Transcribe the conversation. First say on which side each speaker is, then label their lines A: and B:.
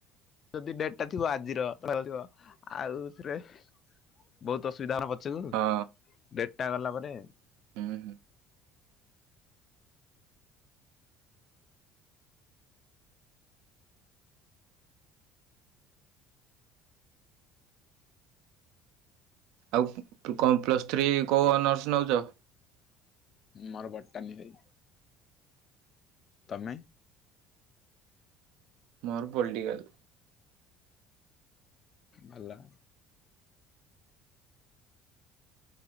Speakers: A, on the left (about 35°); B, on the right (about 80°).
A: ଯଦି ଡେଟ ଟା ଥିବ ଆଜିର ଆଉ <unintelligible> ବହୁତୁ ଅସୁବିଧା ହବ। ଚୁଗୁ
B: ହଁ
A: ଡେଟଟା ଗଲା ପରେ।
B: ହୁଁ ହୁଁ। ଆଉ କଣ ପ୍ଲସ୍ ଥ୍ରୀ କୋଉ ଅନର୍ସ ନୋଉଚ?
A: ମୋର ବଟାନି ଭାଇ। ତମେ?
B: ମୋର ପଲଟିକାଲ୍।
A: ଭଲ।